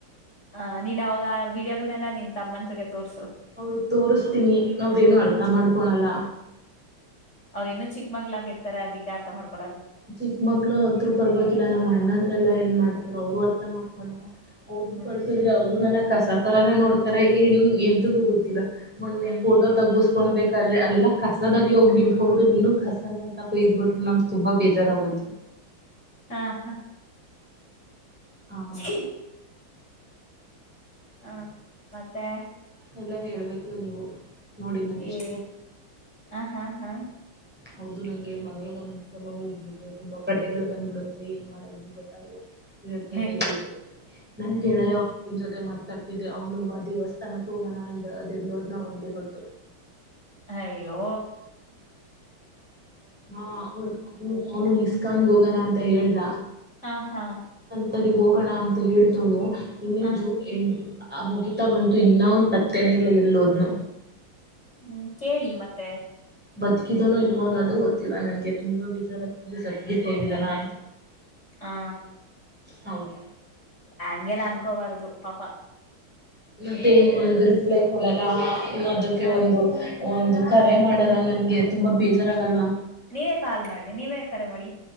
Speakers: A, on the left (about 35°); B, in the centre.
A: ಹ ನೀನ್ ಅವಾಗ ವೀಡಿಯೋಗಳನೆಲ್ಲ ನಿನ್ ತಮ್ಮತ್ರಿಗೆ ತೋರ್ಸು
B: ಅವರು ತೋರ್ಸ್ತೀನಿ ಅವಾವದೇನು ಅರ್ಥ ಮಾಡ್ಕೊಳಲ್ಲ
A: ಅವ್್ರ ಇನ್ನು ಚಿಕ್ಕ ಮಗ್ಗಳಾಗಿ ಇರ್ತಾರೆ ಅದಕ್ಕೆ ಅರ್ಥ ಮಾಡ್ಕಾರೆ
B: ಚಿಕ್ಕಮಕ್ಳ ಹತ್ರರು ಪರ್ಬೇಕೋಕಿಲ್ಲ ನಮ್ಮ್ ಅಣ್ಣಂದ್ರೆಲ್ಲಾ ಏನ್ ಮಾಡ್ತರು ಅವರು ಅರ್ತ್ರ ಮಾಡ್ಕೊಳಣ ಅವ್ರರುಗು
A: ಹ್ಮ್
B: ಕಳ್ಸಿದ್ರೆ ಅವ್ರು ನನ ಕಸ ತರಾನ ನೋಡ್ತಾರೆ ಏನ್ ಎಂತಗೂ ಗೊತ್ತಿಲ್ಲ ಮೆ
A: ಹ್ಮ್
B: ೋಟೋ ತಗುಸ್ ಕ್ಬೇಕಾದ್ರೆ ಅಲ್ಲೆಲ್ಲ ಕಸದಲ್ಲಿ ಹೋಗಿ ನಿಮ ಹೋಗಬಿಟ್ಟ ನೀನು ಕಸನೇ ಅಂತ ಇದ್ ಬಿಿ್ರರು ನಮಗೆ ತುಂಬಾ ಬೇ ತರಗದು
A: ಹಾ ಹಾ
B: ಹ ಹೌದು
A: ಶ ಹಾ ಮತ್ತೆ
B: ಎಲ್ಲ ಹೇಳಬೇಕು ನೀವು ನೋಡಿ ನಾನು ಎಷ್ಟು
A: ಏ ಹ ಹಾ ಹಾ
B: ಹೌದು ನಂಗೆ ಮನೆಗ ಒಂದ್ಸಲ ಹೋಗ್ಬಿೆ ತುಂಬಾ ಕಟ್ಟೆಗಳು ಬಂದ್ಬಿಡುತ್ತೆ ಏನ್ ಮಾಡದು ಗೊತ್ತಾಗಲ್ಲ ಹೇಳ್ತಾನೆ
A: ಹ
B: ಇರ್ಬೇಕು ನನ್ ಗೆಳೆಯನ್ ಜೊತೆ ಮಾಡ್ತ ಕಡ್ತಿದೆ ಅವ್ನು ಬಾ ದೇವಸ್ಥಾನಕ್ಕೆ ಹೋಗೋಣ ಅಂಡ್ ಅದೆಲ್ಲೋದನ ಅವನಿಗೆ ಗೊತ್ತು
A: ಹೋ
B: ಹಾ ಅವನು ಅವನು ಇಿಸ್ಕಾನ್ ಹೋಗನ ಅಂತ ಹೇಳ್ದ
A: ಆ ಹಾ
B: ಮಲ್ಲಿ ಹೋಗೋಣ ಅಂತ ಹೇಳ್ತನು ಇನ್ನೇನ್
A: ಹ
B: ಜೂನ್ ಎಣ ಆ ಮುಗೀಿತಾ ಬಂತು ಇನ್ನ ಒಂದು ಪತ್ತೆನೆ ಇಲ್ಲ ಎಲ್ಲೋದ್ನು
A: ಹ್ಮ್ ಕೇಳಿ ಮತ್ತೆ
B: ಬತ್ಕಿದನು ಇವ ಅನ್ನೋದು ಓದ್ತ್ತಿಲ್ಲ ನನ್ಗೆ ತುಂಬಾ ಬೇಜಾರಾಗ್ತಿದೆ ಸತ್ಗಿತ್ತುು ಹೋಗಿದಾನ ಅಂತ
A: ಹಾ
B: ಹೌದು
A: ಹಂಗೆಲ್ಲ ಅನ್ಕೋಬಾರ್ದು ಪಾಪ
B: ಮತ್ತೆ ಹೆಂಗ ಒಂದು ರಿಪ್ಲೈ ಕೊಡಲ್ಲನ್ನದಕ್ಕೆ
A: ಹ
B: ಒಂದು ಒಂದು ಕರೆ ಮಾಡಲ್ಲ ನನ್ಗೆ ತುಂಬಾ ಬೇಜಾರಾಗಲ್ವಾ
A: ನೀವೇ ಕಾಲ್ ಮಾಡನಿ ನೀವೇ ಕರೆ ಮಾಡಿ